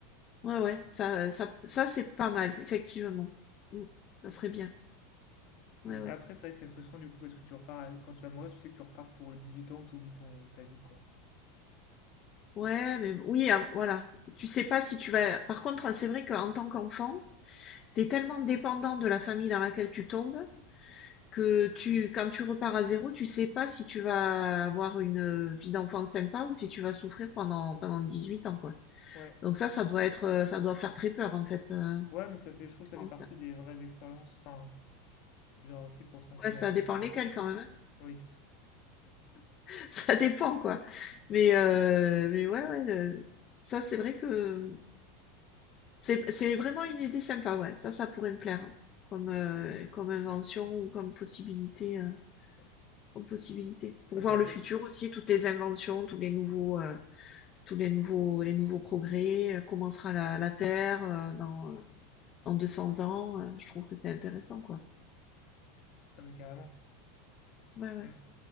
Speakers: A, on the left; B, on the left.
A: Ouais, ouais. Ça, ça, ça, c'est pas mal, effectivement. Mm. Ça serait bien. Ouais,
B: mmh.
A: ouais.
B: Après, c'est vrai que c'est frustrant, du coup, parce que tu repars à- quand tu vas mourir, tu sais que tu repars pour, euh, 18 ans où tu oublies ton ta vie, quoi.
A: Ouais, mais b oui, av voilà. Tu sais pas si tu vas par contre, heu, c'est vrai qu'en tant qu'enfant, t'es tellement dépendant de la famille dans laquelle tu tombes que tu quand tu repars à zéro, tu sais pas si tu vas avoir une, heu, vie d'enfant sympa ou si tu vas souffrir pendant pendant 18 ans, quoi.
B: Ouais.
A: Donc ça, ça doit être, heu, ça doit faire très peur, en fait, heu,
B: Ouais, mais ça fait je trouve
A: je
B: ça
A: pense.
B: fait partie des vraies expériences, enfin, genre aussi pour se rendre compte
A: Ouais,
B: de
A: ça
B: la chance
A: dépend
B: qu'on
A: lesquels
B: a, quoi.
A: quand même, hein.
B: Oui.
A: <laughs> Ça dépend, quoi. Mais heu, mais ouais, ouais, le ça, c'est vrai que C'est, c'est vraiment une idée sympa, ouais. Ça, ça pourrait me plaire hein, comme, euh, comme invention ou comme possibilité, euh,
B: Ouais.
A: comme possibilité. Pour
B: Bah,
A: voir
B: c'est un
A: le
B: peu
A: futur aussi, toutes les inventions, tous les nouveaux, euh, tous les nouveaux, les nouveaux progrès, euh, comment sera la, la Terre euh, dans, euh, dans 200 ans. euh, je trouve que c'est intéressant, quoi.
B: ouais, mais carrément.
A: Ouais, ouais.
B: Mmh